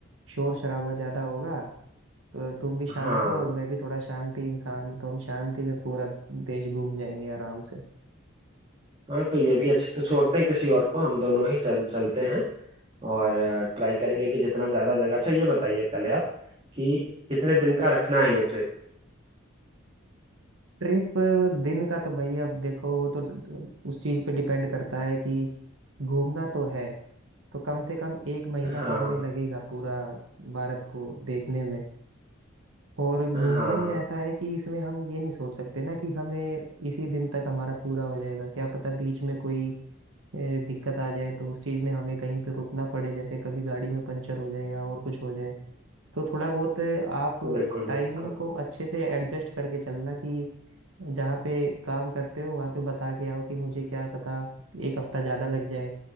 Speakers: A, on the right; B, on the right.
A: शोर शराबा ज्यादा होगा तो तुम भी शांत
B: हाँ
A: हो और मैं भी थोड़ा शांति इंसान हूं, तो हम शांति में पूरा देश घूम जाएंगे आराम से
B: हाँ तो ये भी अच्छी तो छोड़ते हैं किसी और को हम दोनों ही चल, चलते हैं और ट्राई करेंगे कि जितना ज्यादा जगह अच्छा ये बताइए पहले आप कि कितने दिन का रखना है ये ट्रिप
A: ट्रिप दिन का तो भाई अब देखो वो तो उस चीज पे डिपेंड करता है कि घूमना तो है तो कम से कम एक महीना
B: हाँ
A: तो हमें लगेगा पूरा भारत को देखने में और घूमने
B: हाँ
A: में ऐसा है कि इसमें हम ये नहीं सोच सकते ना कि हमें इसी दिन तक हमारा पूरा हो जाएगा क्या पता बीच में कोई ए, दिक्कत आ जाए तो उस चीज में हमें कहीं पे रुकना पड़े जैसे कभी गाड़ी में पंचर हो जाए या और कुछ हो जाए तो थोड़ा बहुत आप
B: बिल्कुल
A: टाइमिंग
B: बिल्कुल
A: को अच्छे से एडजस्ट करके चलना कि जहाँ पे काम करते हो वहाँ पे बता के आओ कि मुझे क्या पता एक हफ्ता ज्यादा लग जाए